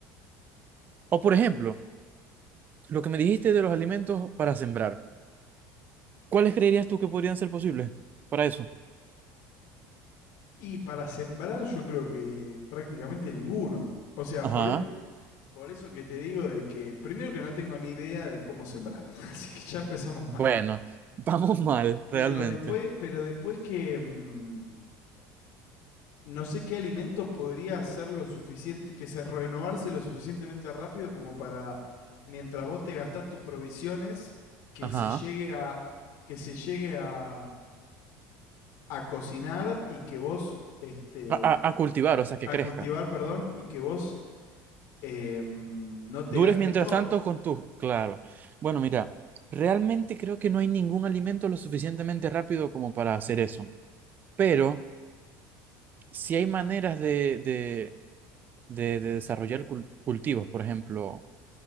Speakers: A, on the right (about 30°); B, on the left (about 65°).
A: O por
B: Eh,
A: ejemplo, lo que me dijiste de los alimentos para sembrar. ¿Cuáles creerías tú que podrían ser posibles para eso?
B: y para sembrar yo creo que prácticamente ninguno. O sea,
A: Ajá.
B: por eso, por eso que te digo de que primero que no tengo ni idea de cómo sembrar, <laughs> así que ya empezamos
A: Bueno,
B: mal.
A: <laughs> vamos mal, realmente.
B: Pero después, pero después que, mm, No sé qué alimento podría ser lo suficiente, que se renovarse lo suficientemente rápido como para, mientras vos te gastás tus provisiones, que
A: Ajá.
B: se llegue a, que se llegue a, a cocinar y que vos, este,
A: A, a- a cultivar, o sea, que
B: a
A: crezca.
B: cultivar, perdón, y que vos eh, no te
A: Dures
B: gastes
A: mientras
B: todo.
A: tanto con tus... Claro. Bueno, mira, realmente creo que no hay ningún alimento lo suficientemente rápido como para hacer eso. Pero... si hay maneras de, de, de, de desarrollar cul- cultivos, por ejemplo,